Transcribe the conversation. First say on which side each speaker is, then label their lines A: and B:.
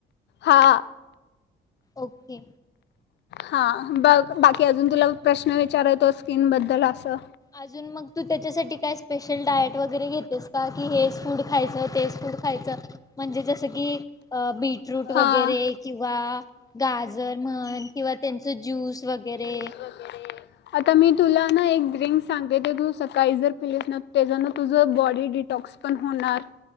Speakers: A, on the left (about 60°); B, on the left (about 20°).
A: हा.
B: ओके.
A: हा बघ बाकी अजून तुला प्रश्न विचारायतो, स्कीन बद्दल असं
B: अजून मग तू त्याच्यासाठी, काय स्पेशल डायट वगैरे घेतेस का. की हेच फूड खायचं तेच फूड खायचं, म्हणजे जसं की बीटरूट
A: हां
B: वगैरे. किंवा गाजर म्हण किंवा त्यांच ज्यूस वगैरे.
A: ड्रिंक्स आता मी तुला ना एक ड्रिंक सांगते, ते तू सकाळी जर पिलीस ना, त्याच्यान तुझं बॉडी डिटॉक्स होणार.